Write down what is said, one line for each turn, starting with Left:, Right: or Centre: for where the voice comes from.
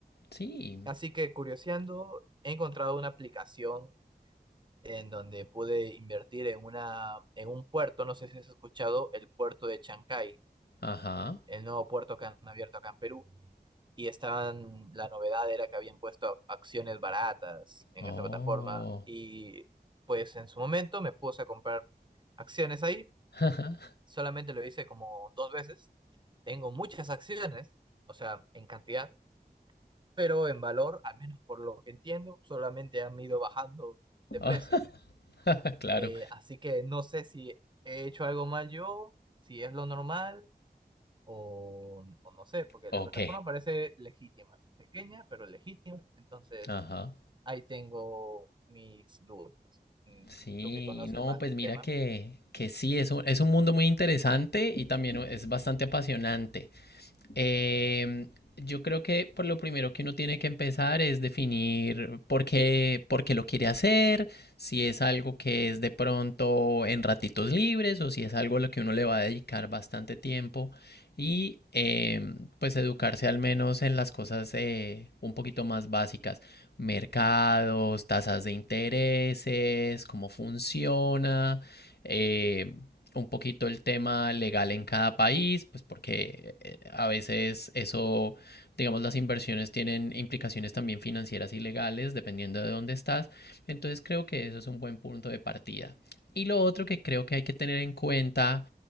Left: sí,
Right: Así que curioseando, he encontrado una aplicación en donde pude invertir en una, en un puerto, no sé si has escuchado, el puerto de Chancay,
Left: ajá,
Right: el nuevo puerto que han abierto acá en Perú. Y estaban, la novedad era que habían puesto acciones baratas en
Left: oh,
Right: esa plataforma. Y pues en su momento me puse a comprar acciones ahí.
Left: <laughs> ajá,
Right: Solamente lo hice como dos veces. Tengo muchas acciones, o sea, en cantidad, pero en valor, al menos por lo que entiendo, solamente han ido bajando de
Left: oh,
Right: precio.
Left: <laughs> claro,
Right: Eh, así que no sé si he hecho algo mal yo, si es lo normal o, o no sé, porque
Left: ok,
Right: la plataforma parece legítima, pequeña pero legítima, entonces
Left: ajá,
Right: ahí tengo mis dudas. Mm,
Left: sí,
Right: Tú que conoces
Left: no,
Right: más
Left: pues
Right: del
Left: mira
Right: tema.
Left: que, que sí, es un, es un mundo muy interesante y también es bastante apasionante. Eh, yo creo que por lo primero que uno tiene que empezar es definir por qué, por qué lo quiere hacer, si es algo que es de pronto en ratitos libres o si es algo a lo que uno le va a dedicar bastante tiempo y eh, pues educarse al menos en las cosas eh, un poquito más básicas, mercados, tasas de intereses, cómo funciona, eh, un poquito el tema legal en cada país, pues porque eh, a veces eso, digamos, las inversiones tienen implicaciones también financieras y legales, dependiendo de dónde estás. Entonces creo que eso es un buen punto de partida. Y lo otro que creo que hay que tener en cuenta